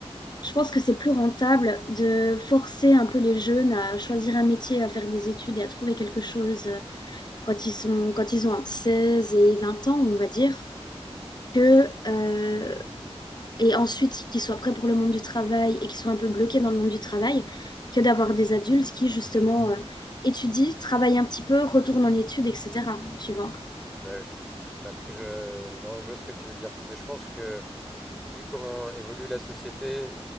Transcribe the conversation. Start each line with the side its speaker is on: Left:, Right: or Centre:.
Left: Je pense que c'est plus rentable de forcer un peu les jeunes à choisir un métier, à faire des études et à trouver quelque chose euh, quand ils sont, quand ils ont entre 16 et 20 ans, on va dire, que, euh, et ensuite qu'ils soient prêts pour le monde du travail et qu'ils soient un peu bloqués dans le monde du travail, que d'avoir des adultes qui, justement, euh, étudient, travaillent un petit peu, retournent en études, etc. Tu vois?
Centre: Ouais. Mais après, je, non, je vois ce que tu veux dire. Mais je pense que vu comment évolue la société